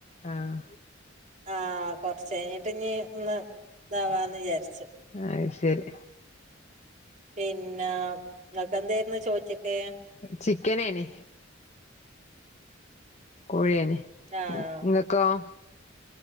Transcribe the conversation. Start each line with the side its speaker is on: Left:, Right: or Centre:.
Left: ആഹ്
Right: ആഹ് കൊർ ച്ചെയ്ഞ്ഞിട്ട് ഞ് ഒന്ന്താവാന്ന്ചാരിച്ച്
Left: അയ് ശെരി
Right: പിന്നാ നിങ്ങക്കന്തേര്ന്ന് ച്ചോറ്റിക്ക്
Left: ചിക്കനേനി കോഴിയേനി
Right: ആഹ്
Left: ഇങ്ങ ക്കോം